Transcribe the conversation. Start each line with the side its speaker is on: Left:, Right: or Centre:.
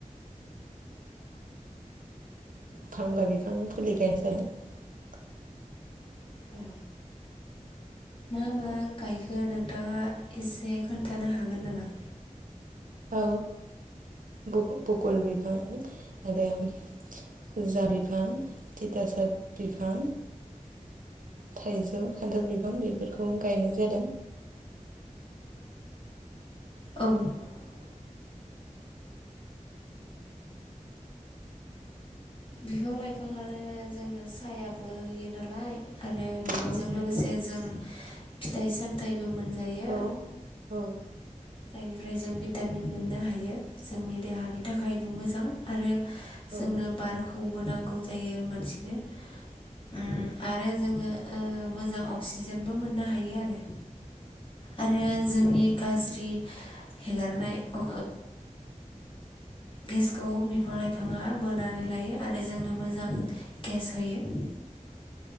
Right: फांबा बिफां फुलि गायनाय <unintelligible>
Left: औ मा मा गायखो नोंथाङा एसे खोन्थानो हागोन नामा?
Right: औ भु-भुगल बिफां आरो जा बिफां थिथासाब बिफां थाइजौ खान्थाल बिफां बेफोरखौ गायनाय जादों।
Left: औ। बिफां लाइफाङानो जोंनो सायाबो होयो नालाय आरो बेनिजों
Right: औ नंगौ
Left: लोगोसे जों फिथाइ सामथाइबो मोनजायो
Right: औ औ
Left: जायनिफ्राय जों भिटामिन मोननो हायो जोंनि देहानि थाखायबो मोजां आरो
Right: औ
Left: जोंनो बार खौबो नांगौ जायो मानसिनो ओम आरो जोङो मोजां अक्सिजेनबो मोननो हायो आरो आरो जोंनि गाज्रि हेगारनाय ओ गेसखौ बिफां लाइफाङा बोनानै लायो आरो जोंनो मोजां गेस होयो।